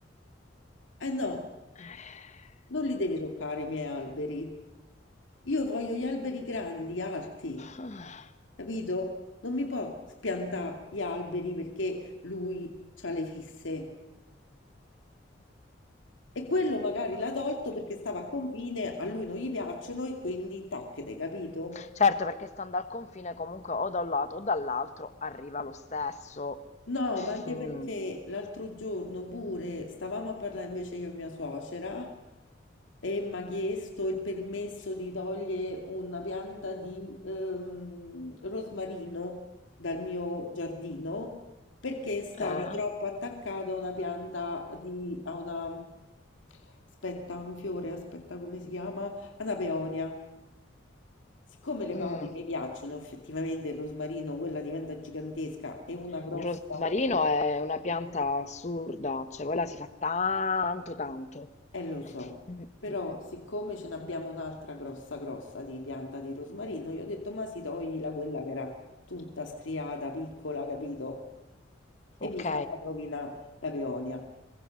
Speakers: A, on the left; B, on the left.
A: Eh no.
B: <sighs>
A: Non li devi toccare i miei alberi. Io voglio gli alberi grandi, alti,
B: Eh,
A: capito? Non mi può spiantare gli alberi perché lui ha le fisse. E
B: Madonna.
A: quello magari l'ha tolto perché stava a confine, a lui non gli piacciono e quindi tacchete, capito?
B: Certo, perché stando al confine comunque o da un lato o dall'altro arriva lo stesso.
A: No, ma anche
B: Mm,
A: perché l'altro giorno pure stavamo a parlare invece io e mia suocera e mi ha chiesto il permesso di togliere una pianta di ehm, rosmarino dal mio giardino perché stava
B: eh?
A: troppo attaccata a una pianta di, a una, aspetta, un fiore, aspetta come si chiama? A una peonia. Siccome le
B: Mm.
A: peonie mi piacciono effettivamente il rosmarino, quella diventa gigantesca e una grossa
B: Il rosmarino è una pianta assurda, cioè quella si fa tanto tanto.
A: Eh, lo so,
B: Mm,
A: però
B: mm.
A: siccome ce n'abbiamo un'altra grossa grossa di pianta di rosmarino, io ho detto, ma si togli la quella che era tutta scriata, piccola, capito? E
B: Ok,
A: mi stava a rovinare la peonia.